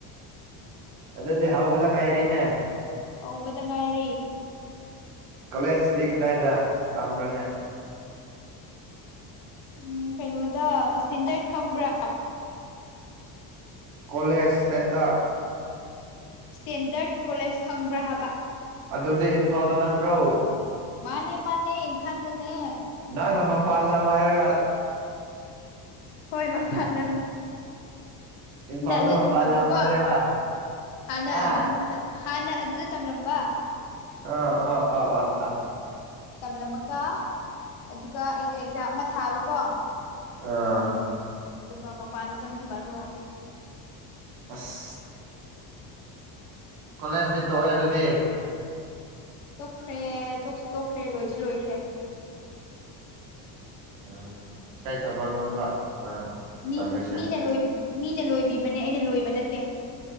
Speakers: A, on the right; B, on the left.
A: ꯑꯗꯨꯗꯗꯤ ꯍꯥꯎꯕꯗ ꯉꯥꯏꯔꯤꯅꯦ
B: ꯍꯧꯕꯗ ꯉꯥꯏꯔꯤ
A: ꯀꯣꯂꯦꯖꯗꯤ ꯀꯗꯥꯏꯗ ꯇꯝꯕ꯭ꯔꯅꯦ
B: ꯎꯝ ꯀꯩꯅꯣꯗ ꯏꯁꯇꯦꯟꯗ꯭ꯔꯠ ꯈꯝꯕ꯭ꯔꯥ
A: ꯀꯣꯂꯦꯖ ꯁꯇꯦꯟꯗꯔ꯭ꯠ
B: ꯏꯁꯇꯦꯟꯗꯔ꯭ꯠ ꯀꯣꯂꯦꯖ ꯈꯪꯕ꯭ꯔꯥ ꯍꯥꯏꯕ
A: ꯑꯗꯨꯗꯤ ꯏꯝꯐꯥꯜꯗ ꯅꯠꯇ꯭ꯔꯣ
B: ꯃꯥꯅꯦ ꯃꯥꯅꯦ ꯏꯝꯐꯥꯜꯗꯅꯦ
A: ꯅꯪꯅ ꯃꯄꯥꯟ ꯂꯝ ꯍꯥꯏꯔꯒ
B: ꯍꯣꯏ ꯃꯄꯥꯟ ꯂꯝ
A: ꯏꯝꯐꯥꯜꯗ
B: ꯅꯥ ꯑꯗꯨ
A: ꯃꯄꯥꯟ
B: ꯇꯝꯕꯀꯣ
A: ꯂꯝꯂꯅꯦꯕ
B: ꯍꯥꯟꯅ
A: ꯍꯥ
B: ꯑꯗꯨꯝ ꯍꯥꯟꯅ ꯑꯗꯨꯗ ꯇꯝꯂꯝꯕ
A: ꯑꯥ ꯑ ꯑꯥ ꯑꯥ ꯑꯥ
B: ꯇꯝꯂꯝꯃꯒ ꯑꯗꯨꯒ ꯑꯩꯗꯣ ꯑꯦꯛꯖꯥꯝ ꯑꯃ ꯊꯥꯕꯀꯣ
A: ꯑꯥ
B: ꯑꯗꯨꯒ ꯃꯄꯥꯟꯗ ꯆꯪꯈꯤꯕ ꯑꯗꯨꯒ
A: ꯑꯁ ꯀꯣꯂꯦꯖꯇꯤ ꯇꯣꯛꯑꯦ ꯑꯗꯨꯗꯤ
B: ꯇꯣꯛꯈ꯭ꯔꯦ ꯇꯣꯛꯁꯨ ꯇꯣꯛꯈ꯭ꯔꯦ ꯂꯣꯏꯁꯨ ꯂꯣꯏꯈ꯭ꯔꯦ
A: ꯎꯝ ꯀꯥꯏ ꯊꯕꯛꯅꯣꯕ ꯅꯪ
B: ꯃꯤ
A: ꯆꯪꯂꯤꯁꯦ
B: ꯃꯤꯅ ꯂꯣꯏ ꯃꯤꯅ ꯂꯣꯏꯕꯤꯕꯅꯦ ꯑꯩꯅ ꯂꯣꯏꯕ ꯅꯠꯇꯦ